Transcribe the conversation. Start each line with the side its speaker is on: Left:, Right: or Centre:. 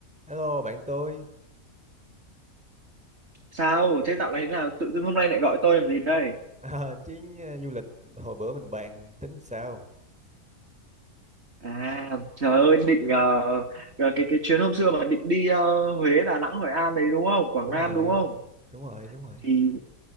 Centre: Hello bạn tôi
Right: Sao? Thế dạo này thế nào? Tự dưng hôm nay lại gọi tôi làm gì đây?
Centre: <laughs> à, chuyến ờ, du lịch hồi bữa mình bàn tính sao
Right: À, trời ơi, định ờ, ờ, cái cái chuyến hôm xưa mà định đi ờ, Huế, Đà Nẵng, Hội An đấy đúng không? Quảng
Centre: đúng
Right: Nam
Centre: rồi
Right: đúng không?
Centre: đúng rồi đúng rồi
Right: Thì